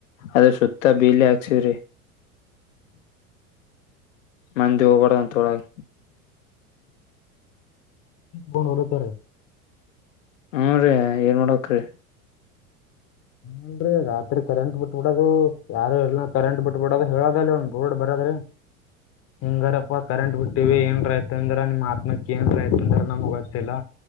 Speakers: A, on the left; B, on the left.
A: ಅದ್ರ ಸುತ್ತ ಬೇಲಿ ಹಾಕ್ಸವ್ರಿ ಮಂದಿ ಹೋಗಬೋರಧು ಅಂತ ಹೊಲಗೆ
B: ಬಲತರ <inaudible>
A: ಹ್ಮ ರೀ ಏನ್ ಮಾಡಕ್ರಿ
B: ಹಲ್ರಿ ರಾತ್ರಿ ಕರೆಂಟ್ ಬಿಟ್ಬಿಡೋದು ಯಾರು ಇಲ್ಲ ಕರೆಂಟ್ ಬಿಟ್ಬಿಡೋದು ಹೇಳದ ಗೋಡ್ ಬರದ್ರೀ ಹಿಂಗಾರಪ್ಪ ಕರೆಂಟ್ ಬಿಟ್ಟಿವ ಏನ್ ರೈತ ಅಂದ್ರ ನಿಮ್ಮ ಆತ್ಮಕ್ಕ ಏನ್ ರೈತ ಅಂದ್ರ ನಮ್ ಗೊತ್ತಿಲ್ಲ